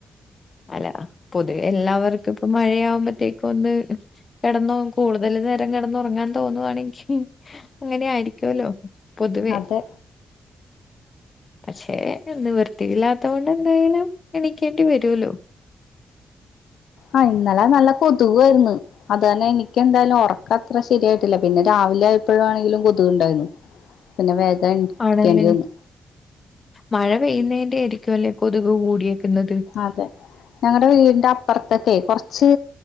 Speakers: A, on the left; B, on the left.
A: അല്ല പൊതുവെ എല്ലാവർക്കും ഇപ്പ മഴയാവുമ്പോത്തേക്കും ഒന്ന് കിടന്ന് കൂടും അതില് നേരം കെടന്നുറങ്ങാൻ തോന്നുവാണെങ്കിൽ അങ്ങനെ ആയിരിക്കൊല്ലോ പൊതുവെ
B: അതെ
A: പക്ഷേ ഒന്ന് വൃത്തിയില്ലാത്തത് കൊണ്ട് എന്തായാലും എണിക്കേണ്ടി വരോല്ലോ
B: ആഹ ഇന്നലെ നല്ല കൊതുകായിരുന്നു അതന്നെ എനിക്ക് എന്തായാലും ഒറക്കം അത്ര ശരിയായിട്ടില്ല പിന്നെ രാവിലെ ആയപ്പോയാണെങ്കിലും കൊതുകുണ്ടായിരുന്നു പിന്നെ എണീക്കേണ്ടി
A: ആണല്ലേ
B: വന്നു
A: മഴ പെയ്യുന്നതിന്റെ ആയിരിക്കും ല്ലേ കൊതുക് കൂടിയെ പിന്നത്
B: അതെ ഞങ്ങടെ വീടിന്റെ അപ്പർത്തൊക്കെ കൊറച്ച്